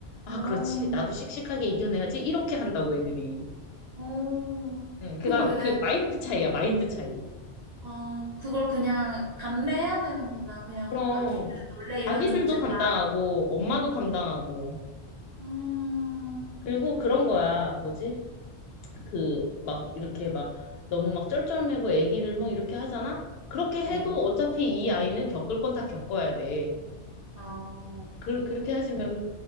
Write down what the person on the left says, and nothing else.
아,
그렇지. 나도 씩씩하게 이겨내야지. 이렇게 한다고 애들이.
응, 그니까
그 마인드 차이야, 마인드 차이.
그럼
아기들도
감당하고 엄마도 감당하고
그리고 그런 거야. 뭐지? 그 막 이렇게 막 너무 막 쩔쩔매고 아기를 막 이렇게 하잖아? 그렇게 해도
어차피 이 아이는 겪을 건 다 겪어야 돼.
그, 그렇게 하지 말고